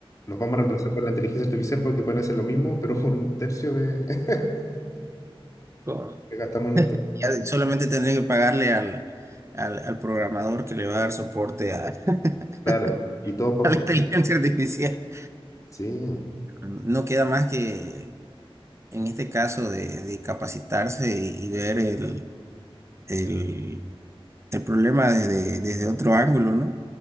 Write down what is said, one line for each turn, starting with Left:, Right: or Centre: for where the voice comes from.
Left: nos vamos a reemplazar por la inteligencia artificial porque pueden hacer lo mismo, pero por un tercio de <laughs>
Right: Correcto.
Left: que gastamos en usted.
Right: Ya solamente tendría que pagarle al, al, al programador que le va a dar soporte a, <laughs>
Left: Claro, y todos
Right: <laughs>
Left: por
Right: a
Left: fuera.
Right: la inteligencia artificial.
Left: Sí,
Right: No queda más que, en este caso, de, de capacitarse y, y ver el, el, el problema desde, desde otro ángulo, ¿no?